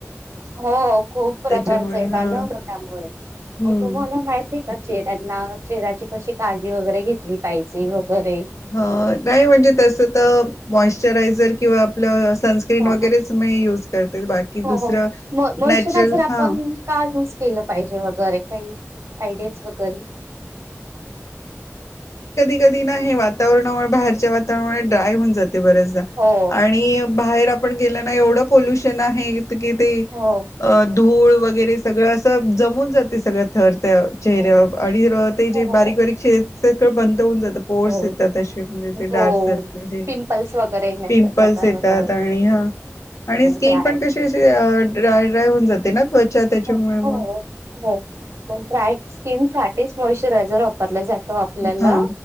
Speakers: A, on the right; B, on the left.
A: हो खूप प्रकारच
B: त्याच्यामुळे
A: आहे ना
B: हा
A: बेनर त्यामुळे
B: हम्म
A: हो तुम्हाला माहित आहे का चेहऱ्यांना चेहऱ्याची कशी काळजी वगैरे घेतली पाहिजे वगैरे
B: ह नाही म्हणजे तस तर मॉइशचरायझर किंवा आपलं सनस्क्रीन
A: हो
B: वगैरेच मी यूज करते बाकी
A: हो
B: दुसरं
A: हो म मॉइश्चरायझर
B: नॅचरल
A: आपण
B: हा
A: का यूज केलं पाहिजे वगैरे काही आयडिया वगैरे
B: कधी नाही वातावरणामुळे बाहेरच्या वातावरणा ड्राय होऊन जाते बरेचदा
A: हो
B: आणि बाहेर आपण गेल ना एवढं पोल्युशन आहे कि ते
A: हो
B: अ धूळ वगैरे सगळं असं जमून जाते सगळं थर त्या चेहऱ्यावर
A: हो
B: आणि ते
A: हो
B: जे
A: हो
B: बारीक बारीक बन ऊन जात पोर्स
A: हो
B: येतात असे म्हणजे ते डार्क
A: हो.
B: सर्कल हे
A: पिंपल्स वगैरे येण्याचा
B: पिंपल्स
A: प्रकार
B: येतात
A: होता
B: आणि आणि ह आणि स्किन
A: ड्राय
B: पण कशी अ ड्राय ड्राय होऊन जाते ना त्याच्यामुळे
A: मग
B: मग
A: ड्राय स्किन साठीच मॉशचरायझर वापरल्या जात तो आपल्याला
B: हा